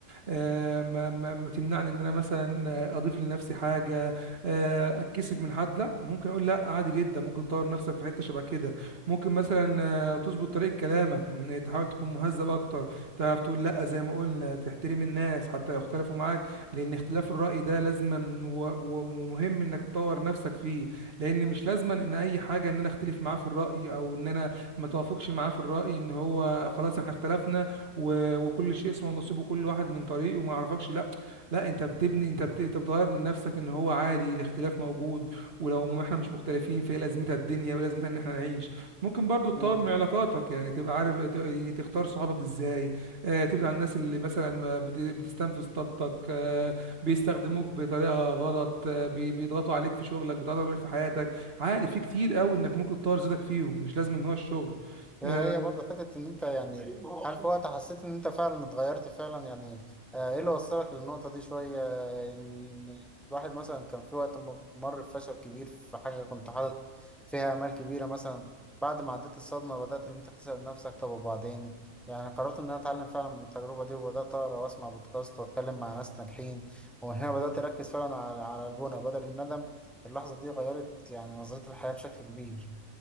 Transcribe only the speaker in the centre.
امم
ده
هي برضه حتة إن أنت يعني طيب، ما هو هل في أصلاً وقت حسيت إن أنت فعلا اتغيرت فعلا يعني آه، إيه اللي وصلك للنقطة دي شوية آه، ال- الواحد مثلا كان في وقت م- مر بفشل كبير في حاجة كنت حاطط فيها آمال كبيرة مثلا بعد ما عديت الصدمة بدأت إن أنت تسأل نفسك طب وبعدين يعني قررت إن أنا أتعلم فعلا من التجربة دي وبدأت أقرأ وأسمع بودكاست وأتكلم مع ناس ناجحين ومن هنا بدأت أركز فعلا على على البنى بدل الندم اللحظة دي غيرت يعني نظرتي للحياة بشكل كبير.